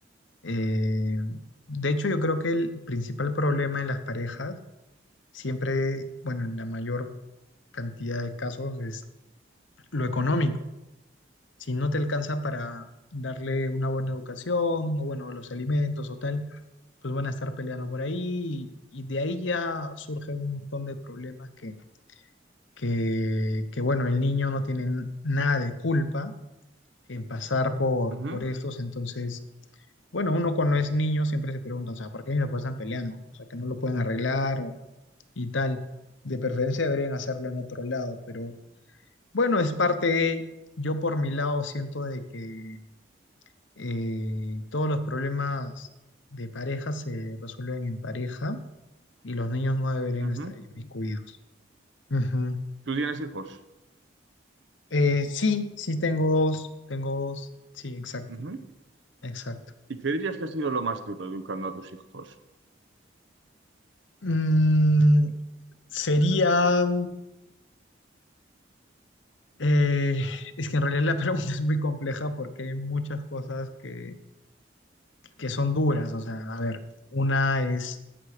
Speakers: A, on the left; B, on the right.
A: Eh, de hecho, yo creo que el principal problema en las parejas, siempre, bueno, en la mayor cantidad de casos, es lo económico. si no te alcanza para darle una buena educación, o bueno, los alimentos o tal, pues van a estar peleando por ahí y, y de ahí ya surgen un montón de problemas que, que, que, bueno, el niño no tiene nada de culpa en pasar por,
B: Ujú,
A: por estos, entonces, bueno, uno cuando es niño siempre se pregunta, o sea, ¿por qué mis papás están peleando? O sea, que no lo pueden arreglar o- y tal. De preferencia deberían hacerlo en otro lado, pero bueno, es parte de, yo por mi lado siento de que eh, todos los problemas de pareja se resuelven en pareja y los niños no deberían
B: ujú.
A: estar inmiscuidos. Ujú.
B: ¿Tú tienes hijos?
A: Eh, sí, sí tengo dos, tengo dos, sí, exacto,
B: Ujú.
A: exacto.
B: ¿Y qué dirías que ha sido lo más duro educando a tus hijos,
A: Mm, sería, eh, es que en realidad la <laughs> pregunta es muy compleja porque hay muchas cosas que, que son duras, o sea, a ver, una es